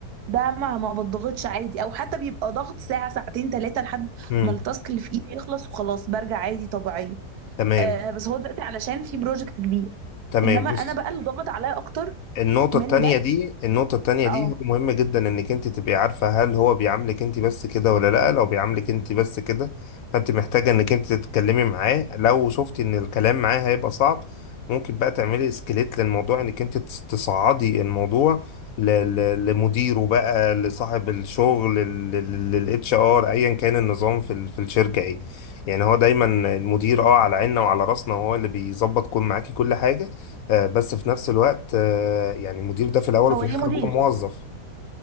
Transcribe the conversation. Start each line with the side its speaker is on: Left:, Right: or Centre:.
Right: ده ما ما بضغطش عادي او حتى بيبقى ضغط ساعه ساعتين ثلاثه لحد
Left: مم.
Right: ما التاسك اللي في ايدي يخلص وخلاص برجع عادي طبيعيه
Left: تمام
Right: آه بس هو دلوقتي علشان في بروجكت كبير
Left: تمام
Right: انما
Left: بص
Right: انا بقى اللي ضغط عليا اكتر
Left: النقطة
Right: من
Left: التانية
Right: ده
Left: دي النقطة التانية
Right: اه
Left: دي هو مهم جدا انك انت تبقي عارفة هل هو بيعاملك انت بس كده ولا لا لو بيعاملك انت بس كده فانت محتاجة انك انت تتكلمي معاه لو شفتي ان الكلام معاه هيبقى صعب ممكن بقى تعملي اسكليت للموضوع انك انت تس- تصعدي الموضوع ل- ل- لمديره بقى لصاحب الشغل للاتش ار ايا كان النظام في ال- في الشركة ايه يعني هو دايما المدير اه على عيننا وعلى راسنا وهو اللي بيظبط كل معاكي كل حاجة آه، بس في نفس الوقت آه، يعني المدير ده في الاول وفي
Right: هو ليه
Left: الاخر
Right: مدير
Left: هو موظف